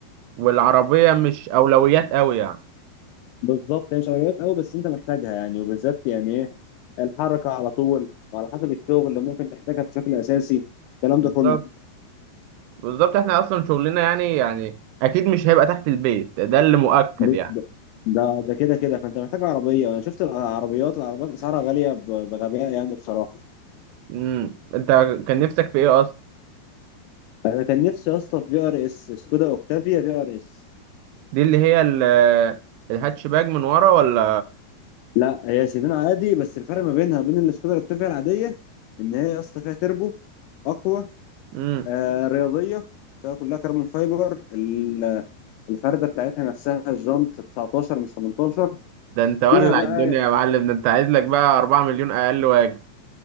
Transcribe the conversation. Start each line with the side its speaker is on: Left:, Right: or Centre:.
Right: والعربيه مش اولويات قوي يعني
Left: بالظبط هي مش عمليات قوي بس أنت محتاجها يعني وبالذات يعني إيه الحركة على طول وعلى حسب الشغل اللي ممكن تحتاجها بشكل أساسي الكلام
Right: بالظبط
Left: ده كله
Right: بالظبط احنا اصلا شغلنا يعني يعني اكيد مش هيبقى تحت البيت ده اللي مؤكد
Left: ب...
Right: يعني
Left: ب... ده ده كده كده فأنت محتاج عربية أنا شفت العربيات العربيات أسعارها غالية ب... بغباء يعني بصراحة
Right: امم انت كان نفسك في ايه اصلا
Left: أنا كان نفسي يا اسطى في بي آر إس سكودا أوكتافيا بي آر إس
Right: دي اللي هي ال- الهاتشباك من ورا ولا
Left: لا هي سيدان عادي بس الفرق ما بينها وبين السكودا الاكتافيا العاديه ان هي يا اسطى فيها تربو اقوى
Right: امم
Left: آه رياضيه فيها كلها كربون فايبر ال- الفرده بتاعتها نفسها الجنط 19 مش 18
Right: ده انت ولع
Left: فيها بقى
Right: الدنيا يا معلم ده انت عايز لك بقى 4 مليون اقل واجب